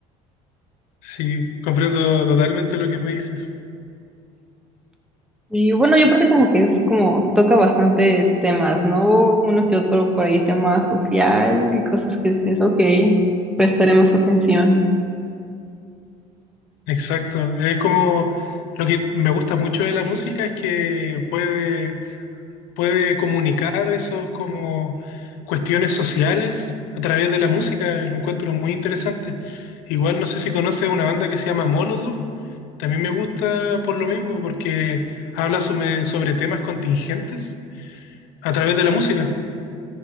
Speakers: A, on the left; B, in the centre.
A: sí, comprendo totalmente lo que me dices.
B: Y bueno, yo aparte como que es como toca bastantes temas, ¿no? Uno que otro por ahí, tema social y cosas que dices, ok, prestaré más atención.
A: Exacto, es como lo que me gusta mucho de la música es que puede, puede comunicar esos como cuestiones sociales a través de la música, lo encuentro muy interesante. Igual no sé si conoces una banda que se llama Molotov, también me gusta por lo mismo, porque habla sobre, sobre temas contingentes a través de la música.